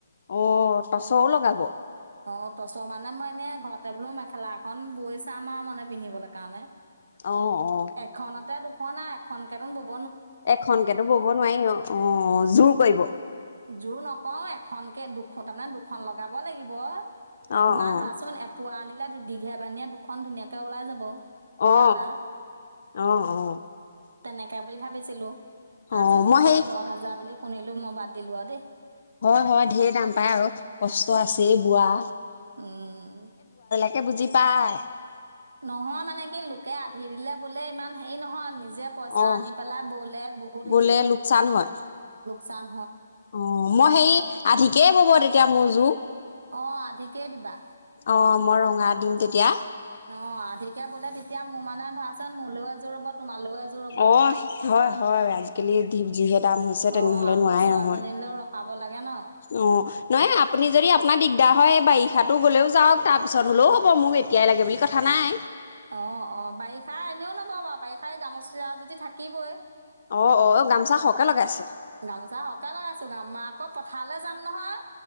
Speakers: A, on the left; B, on the right.
A: অ তটচও লগাব
B: অ তছ মানে মই এনে ঘৰতে বোলো মেখেলা এখন বৈ চাম আৰু মানে পিন্ধিবলৈ কাৰণে
A: অ অ
B: এখনতে দু অ নাই এখন কেন ব
A: এখনকেতো বব নোৱাৰি অ
B: উম
A: জোৰ কৰিব
B: জোৰ নকও এখন কেে দুখন তাৰমানে দুখন লগাব লাগিব ব
A: অ
B: তোমাৰ
A: অ
B: ধৰাচোন এপোৱা আনিলে দীঘে বানীয়ে দুখন ধুনীয়াকে ওলাই যাব
A: অ অ
B: চাদা
A: অ অ
B: তেনেকে বুলি ভাবিছিলো তাৰপিছত
A: অ
B: যেতিয়া
A: মই সেই
B: দহ হাজাৰ বুলি শুনিলো মই বাদ দিলো দেই
A: হয় হয় ঢেৰ দাম পায় আৰু কষ্ট
B: উম
A: আছেই বোৱা
B: উম
A: তাকে বুজি পায়
B: নহয় মানে কি লোকে আধি দিলে বোলে ইমান হেৰি নহয় নিজে পইচা
A: অ
B: আনি পেলাই বলে বহুত
A: বোলে
B: হেৰি হয়
A: লোকচান হয়
B: চাম
A: অ মই সেই আধিকেই বব তেতিয়া মোৰ যোৰ
B: অ' আধিকেই দিবা।
A: অ মই ৰঙা দিম তেতিয়া
B: অ' আধিকে ব'লে তেতিয়া মোৰ মানে ধৰাচোন মোলৈও এযোৰ ৰ'ব তোমালৈও এযোৰ ৰ'ব।
A: অ হয় হয় আজিকালি যিহে দাম হৈছে তেনেহলে
B: অ আকৌ
A: নোৱাৰাই
B: ছোৱালী
A: নহয়
B: জনিলে পাব লাগে কেন
A: অ নহয় আপুনি যদি আপোনাৰ দিগদাৰ হয় বাৰিষাো গ'লেও যাওক তাৰ পিছত হলেও হ'ব মোক এতিয়াই লাগে বুলি কথা নাই
B: অ অ বাৰিষা এনেও লব বাৰু বাৰিষাই গামোচা যদি থাকিবই
A: অ অ এ গামোচা সৰহকে লগাই আছে
B: গামোচা সহকে লগাইছো গামোা আকৌ পথাৰলৈ যাম নহয়